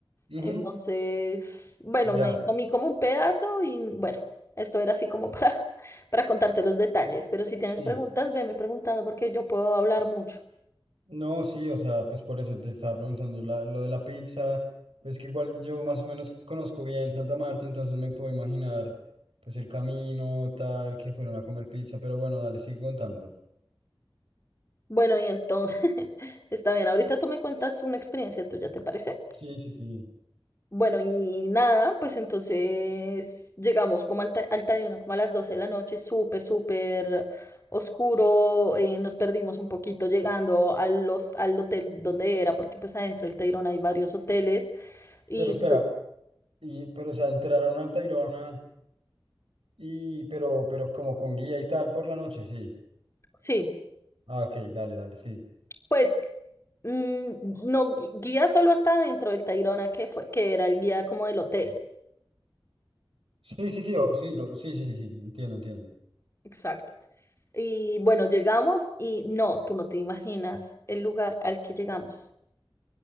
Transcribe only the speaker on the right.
Ujú,
ya,
sí.
No, sí, o sea, pues por eso te estaba preguntando la- lo de la pizza. Pues que igual yo más o menos conozco bien Santa Marta, entonces me puedo imaginar, pues el camino, tal, que fueron a comer pizza, pero bueno, dale, sigue contando.
Sí, sí, sí.
Pero espera,
y, pero o sea, entraron al Tayrona. Y, pero, pero como con guía y tal por la noche, sí.
Ah, ok, dale, dale, sí.
Sí, sí, sí, o- sí, lo- sí, sí, sí, sí, entiendo, entiendo.